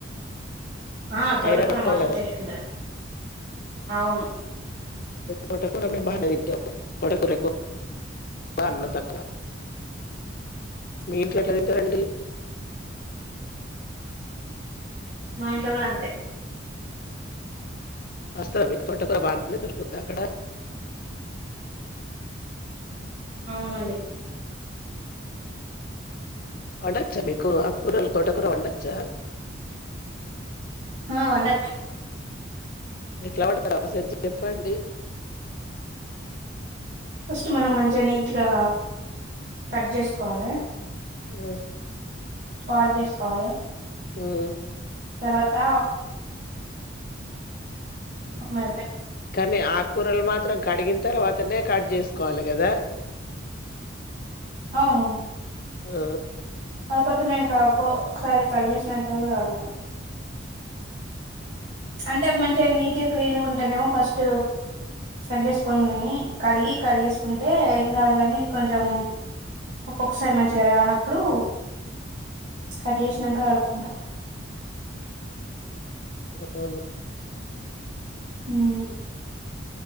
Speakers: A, on the right (about 60°); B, on the left (about 45°).
A: ఆ తోటకూర
B: ఐరన్ ఎక్కువ
A: మస్తు
B: కదా
A: టేస్ట్ ఉంటది అవును
B: తోటకుర మేము బానే తింటాము తోటకుర ఎక్కువ అన్నం తక్కువ మీ ఇంట్లో ఎట్ల తింటారండి
A: మా ఇంట్లో కూడ అంతే
B: వస్తార మీకు తోట కూర బాగానే దొరుకుద్దా అక్కడ
A: అవునండి
B: వండచ్చ మీకు అక్కురల్ తోటకుర వండచ్చ
A: ఆ వండచ్చ
B: ఎట్లపడతారు ఒకసారి చెప్పండి
A: ఫస్ట్ మనం మంచిగా నీట్గా కట్ జేసుకోవాలె
B: ఉమ్
A: వాశజేసుకోవాలి
B: ఉమ్
A: తర్వాత ఒక మ
B: కానీ ఆకూరలు మాత్రం కడిగిన తర్వాతనే కట్ చేసు కోవాలి గదా
A: అవును
B: ఆ
A: కాకపోతే మే ఒకసారి కడిగెసినంకా కూడా కడుగుతాం అంటే మంచిగా నీట్గా క్లీన్గా ఉంటానేమో ఫస్ట్ కట్ చేసుకోని కడిగి కట్ చేేసుకుంటే ఏం కాదు కానీ కొంచెం ఒక్కొక్కసారి మంచిగా రానప్పుడు కట్ జెశినంక కడుకుంట
B: అవును
A: ఉమ్